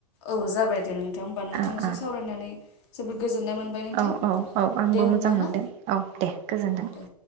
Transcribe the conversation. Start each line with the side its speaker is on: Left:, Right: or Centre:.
Left: औ जाबाय दे नोंथां होमबा नोंथांजों
Right: औ
Left: सावरायनानै जोबोद गोजोननाय मोनबाय नोंथां
Right: औ -औ -औ आंबो
Left: दे होमबा
Right: मोजां मोनदों
Left: ना
Right: औ दे गोजोन्थों।
Left: दे